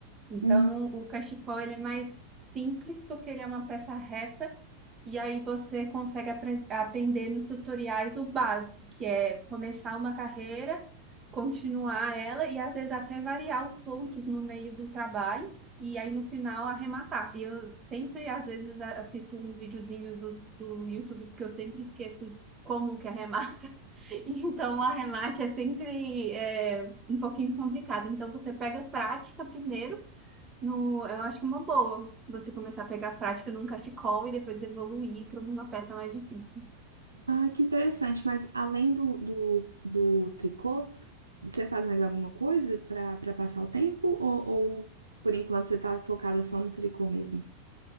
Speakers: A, on the right; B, on the right.
A: Então,
B: Hum.
A: o cachecol ele é mais simples porque ele é uma peça reta e aí você consegue apre- aprender nos tutoriais o básico, que é começar uma carreira, continuar ela e às vezes até variar os pontos no meio do trabalho e aí no final arrematar. E eu sempre, às vezes, a- assisto um videozinho do, do YouTube porque eu sempre esqueço como que arremata. <laughs> Então, o arremate é sempre é, um pouquinho complicado. Então, você pega prática primeiro no, eu acho uma boa você começar a pegar prática num cachecol e depois evoluir para uma peça mais difícil.
B: Ah, que interessante, mas além do, do, do tricô, Você faz mais alguma coisa para para passar o tempo ou, ou por enquanto você está focada só no tricô mesmo?